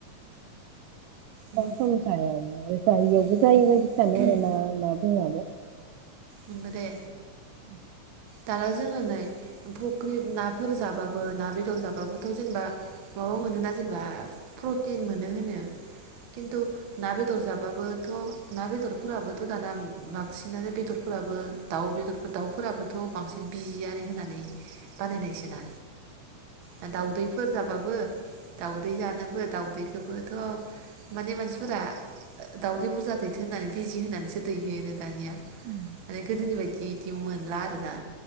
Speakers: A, on the right; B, on the right.
A: उम
B: सम जाया जायियावबो
A: उम
B: जायो बायदि सानो
A: उम
B: आरोना मा बुङो आब'।
A: नंगो दे
B: <inaudible>
A: दाना जोङो नै फुख्रि नाफोर जाबाबो ना बेदर जाबाबोथ' जेनेबा माबा मोनोना जेनेबा प्रटिन मोनो होनो खिन्थु ना बेदर जाबाबोथ' ना बेदरफोराबोथ' दाना बांसिनानो बेदरफोराबो दाउ बेदरफोर दाउफोराबो खौ बांसिन बिजि आरि होननानै बानायनाय सोना ना दावदै फोर जाबाबो दाउदै जानोबो दाउदैखौबोथ' माने मानसिफोरा दावदै बुरजा दैथो होननानै बिजि होनानैसो दैहोयो दानिया
B: उम
A: माने गोदोनि बायदि बिदि मोनला आरोना